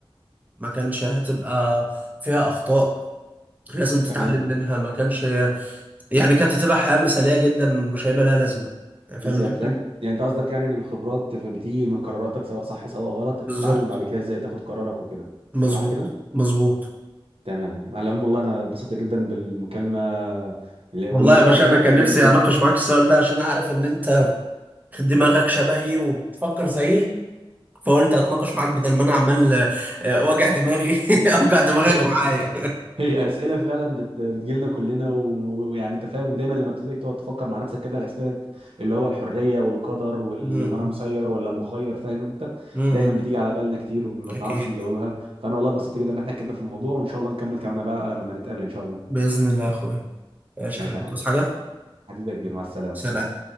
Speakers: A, on the right; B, on the right.
A: ما كانش هتبقى فيها اخطاء لازم تتعلم
B: تمام
A: منها ما كانش يعني كانت هتبقى حياه مثاليه جدا مش هيبقى لها لازمه فاهم
B: بالظبط
A: الفكره
B: يعني يعني انت قصدك يعني ان الخبرات بتيجي من قراراتك سواء صح سواء غلط بتتعلم
A: بالظبط
B: بعد كده ازاي تاخد قرارك وكده
A: مظبوط
B: صح كده
A: مظبوط
B: تمام على العموم والله انا اتبسطت جدا بالمكالمه اللي-
A: والله
B: والنقاش
A: يا باشا
B: اللي
A: انا
B: احنا
A: كان
B: اتكلمنا
A: نفسي
B: فيه
A: اناقش معاك السؤال ده عشان اعرف ان انت دماغك شبهي وبتفكر زيي فقلت اتناقش معاك بدل ما انا عمال آه، وجع دماغي <laughs> اوجع دماغك
B: <laughs> هي
A: معايا
B: هي اسئله فعلا بت... بتجيلنا كلنا و- ويعني انت فاهم ودايما لما بتبتدي تقعد تفكر مع نفسك كده الاسئله اللي هو الحريه والقدر وال...
A: <laughs> مم.
B: وانا مسير ولا مخير فاهم انت
A: مم.
B: دايما بتيجي على بالنا كتير وما
A: اكيد
B: بنعرفش نجاوبها فانا والله اتبسطت جدا ان احنا اتكلمنا في الموضوع وان شاء الله نكمل كلامنا بقى لما نتقابل ان شاء الله
A: باذن الله يا اخويا ماشي
B: ماشي
A: يا حبيبي
B: يا
A: بتوصي
B: حبيبي
A: حاجه
B: حبيبي يا كبير مع السلامه
A: سلام